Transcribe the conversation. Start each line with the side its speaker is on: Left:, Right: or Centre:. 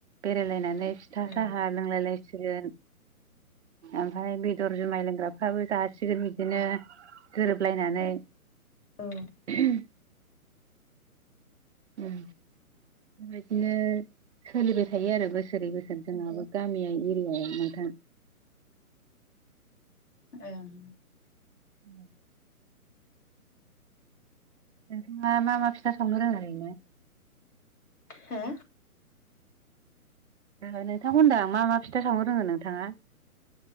Right: बेरायलायना नै फिथा
Left: औ
Right: साहा लोंलाय लायसिगोन। ओमफ्राय बेदर जुमाय लोंग्राफ्राबो जासिगोन बिदिनो गोरोबलायनानै
Left: औ
Right: ह उम बेबायदिनो सोलिबाय थायो आरो बोसोरै बोसोर जोंहाबो गामिया एरियायाव नोंथां।
Left: ओं
Right: उ नोंथाङा मा मा फिथा सावनो रोङो ओरैनो?
Left: हो?
Right: <unintelligible> नोंथांखौ होनदां मा मा फिथा सावनो रोङो नोंथाङा?